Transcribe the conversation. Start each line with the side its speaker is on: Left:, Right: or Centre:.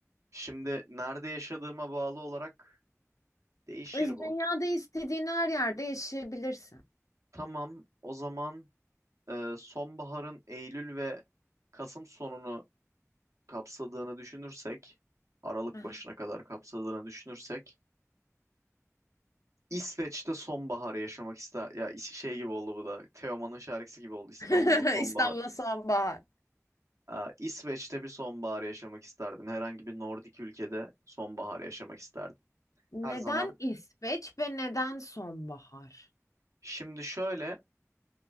Right: Şimdi nerede yaşadığıma bağlı olarak değişir
Left: Biz
Right: bu.
Left: Dünyada istediğin her yerde yaşayabilirsin.
Right: Tamam. O zaman e, sonbaharın Eylül ve Kasım sonunu kapsadığını düşünürsek, Aralık
Left: Aha.
Right: başına kadar kapsadığını düşünürsek İsveç'te sonbaharı yaşamak ister. Ya is- şey gibi oldu bu da. Teoman'ın şarkısı gibi oldu. İstanbul'da
Left: <laughs>
Right: sonbahar.
Left: İstanbul'da sonbahar.
Right: Ee, İsveç'te bir sonbahar yaşamak isterdim. Herhangi bir Nordik ülkede sonbahar yaşamak isterdim.
Left: Neden
Right: Her zaman.
Left: İsveç ve neden sonbahar?
Right: Şimdi şöyle,